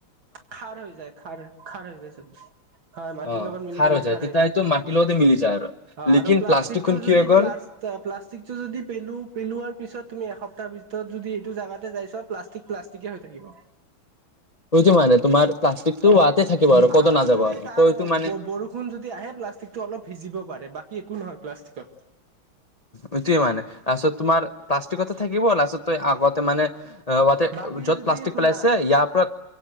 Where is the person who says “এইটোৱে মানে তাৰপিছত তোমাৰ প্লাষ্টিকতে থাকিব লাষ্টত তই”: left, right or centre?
Left